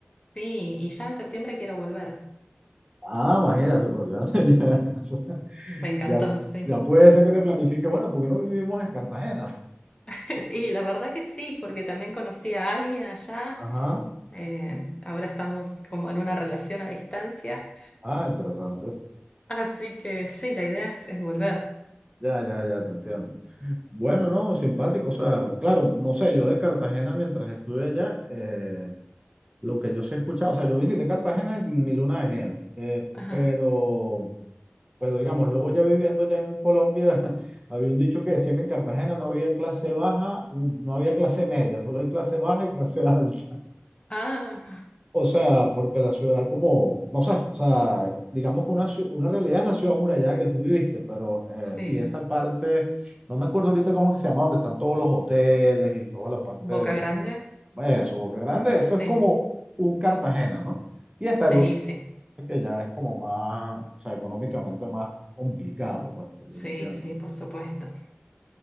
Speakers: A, on the left; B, on the right.
A: Sí, y ya en septiembre quiero volver.
B: Ah, imagínate, pero ya, <laughs> ya,
A: Me encantó,
B: ya,
A: sí.
B: ya puede ser que te planifique, bueno, porque no vivimos en Cartagena.
A: <laughs> Y la verdad que sí, porque también conocí a alguien allá.
B: Ajá,
A: eh, ahora estamos como en una relación a distancia.
B: ah, interesante.
A: Así que sí, la idea es, es volver.
B: Ya, ya, ya, te entiendo. Bueno, no, simpático, o sea, claro, no sé, yo de Cartagena mientras estuve allá, eh, lo que yo sí he escuchado, o sea, yo visité Cartagena en mi luna de miel, eh,
A: Ajá.
B: pero, pero digamos, luego ya viviendo allá en Colombia, <laughs> había un dicho que decía que en Cartagena no había clase baja, no había clase media, solo hay clase baja y clase <laughs> alta.
A: Ah,
B: O sea, porque la ciudad como, no sé, o sea, digamos que una, ciu- una realidad es la ciudad amurallada que tú viviste, pero, eh,
A: sí.
B: y esa parte, no me acuerdo ahorita cómo es que se llama, donde están todos los hoteles y toda la parte,
A: Boca Grande.
B: eso, Boca Grande, eso es
A: Sí,
B: como un Cartagena, ¿no? Y está
A: sí,
B: el otro
A: sí.
B: que ya es como más, o sea, económicamente más complicado, pues, por lo
A: Sí,
B: que entiendo.
A: sí, por supuesto.